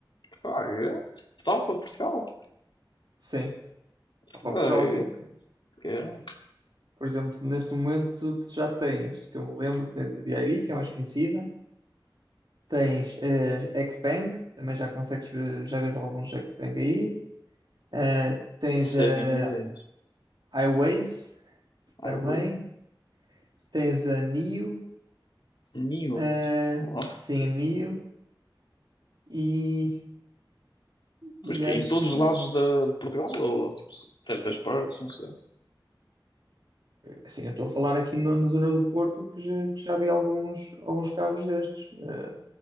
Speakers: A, on the left (about 70°); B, on the right (about 60°).
A: Fraga. Só para Portugal.
B: Sim, só para
A: Fraga.
B: Portugal, sim.
A: Que eu não
B: Por exemplo, neste momento tu já tens, que eu me lembro, tens a BYD, que é mais conhecida. Tens eh, Xpeng, também já consegues ver, já vês alguns Xpeng aí. Eh, tens
A: faço
B: a
A: a mínima ideia.
B: iWays
A: Ai,
B: também.
A: bem.
B: Tens a NIO,
A: Ninho.
B: eh,
A: Oh.
B: sim, a NIO. E, e
A: Mas que
B: acho
A: em todos
B: que,
A: os lados de, de Portugal ou tipo, certas partes, não sei.
B: assim, eu estou a falar aqui no- na zona do Porto que já, que já vi alguns, alguns carros destes, eh,